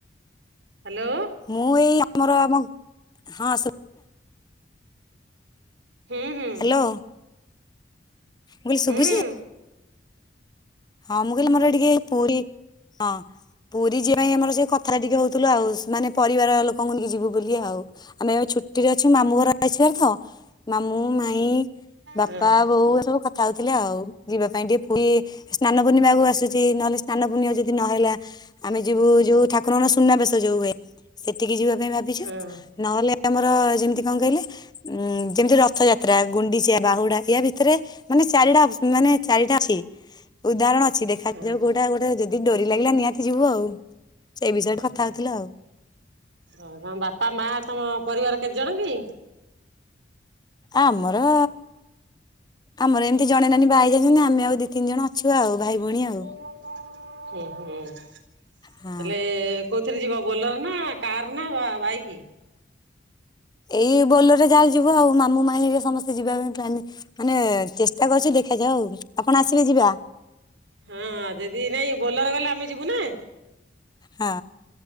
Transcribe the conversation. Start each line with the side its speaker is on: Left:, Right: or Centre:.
Right: ହାଲୋ
Left: ମୁଁ ଏଇ ଆମର ଆମ ଖାନ୍ସ
Right: ହୁଁ ହୁଁ।
Left: ହ୍ୟାଲୋ ମୁଁ କହିଲି
Right: ହୁଁ
Left: ଶୁଭୁଛି। ହଁ ମୁଁ କହିଲି ମୋର ଏ ଟିକେ ପୁରୀ, ହଁ। ପୁରୀ ଯିଏ ପାଇଁ ଆମର ଯେ କଥାଟା ଟିକେ ହଉଥିଲୁ, ଆଉ ଶ୍ ମାନେ ପରିବାର ଲୋକଙ୍କୁ ନେଇିକି ଯିବୁ ବୋଲି ଆଉ, ଆମେ ଏବେ ଛୁଟିରେ ଅଛୁ ମାମୁଁ ଘର ଆସିବାର ତ ମାମୁଁ, ମାଇଁ, ବାପା,
Right: ହଁ
Left: ବୋଉ ଏ ସବୁ କଥା ହଉଥିଲେ ଆଉ, ଯିବା ପାଇଁ ଟିକେ ପୁଲୀ। ସ୍ନାନ ପୂର୍ଣ୍ଣିମାକୁ ଆସୁଛି ନହଲେ ସ୍ନାନ ପୂର୍ଣ୍ଣିମା ଯଦି ନହେଲା, ଆମେ ଯିବୁ ଯୋଉ ଠାକୁରଙ୍କ ସୁନାବେଶ ଯୋଉ ହୁଏ। ସେଠିକି ଯିବା ପାଇଁ ଭାବିଛୁ,
Right: ହଁ
Left: ନହେଲେ ଆମର ଯେମିତି କଣ କହିଲେ? ଉଁ ଯେମିତି ରଥଯାତ୍ରା, ଗୁଣ୍ଡିଚା, ବାହୁଡା ୟା ଭିତରେ ମାନେ ଚାରିଟା ଅ -ମାନେ ଚାରିଟା ଅଛି। ଉଦାହରଣ ଅଛି ଦେଖାଯାଉ
Right: ହଁ ହଁ
Left: କୋଉଟା ଗୋଟେ ଯଦି ଡୋରି ଲାଗିଲା ନିହାତି ଯିବୁ ଆଉ। ସେଇ ବିଷୟରେ
Right: ଓହୋ
Left: କଥା ହଉଥିଲୁ ଆଉ।
Right: ତମ ବାପା ମା ତମ ପରିବାର କେତେ ଜଣ କି?
Left: ଆମର ଆମର ଏମିତି ଜଣେ ନାନି ବାହା ହୋଇଯାଇଛନ୍ତି, ଆମେ ଆଉ ଦି ତିିନି ଜଣ ଅଛୁ ଆଉ ଭାଇ ଭଉଣୀ ଆଉ।
Right: <unintelligible> ହୁ ହୁ ତାହେଲେ
Left: ହଁ
Right: କୋଉଥିରେ ଯିବ ବୋଲର ନା, କାର ନା ବା ବାଇକ୍?
Left: ଏଇ ବୋଲର ରେ ଯାହା ଯିବୁ ଆଉ, ମାମୁ, ମାଇଁ ହେରିକା ସମସ୍ତେ ଯିବା ପାଇଁ ପ୍ଲାନ ମାନେ ଚେଷ୍ଟା କରୁଛୁ ଦେଖାଯାଉ, ଆପଣ ଆସିବେ ଯିବା।
Right: ହଁ ଯଦି ନାଇଁ ବୋଲର ଗଲେ ଆମେ ଯିବୁ ନା।
Left: ହଁ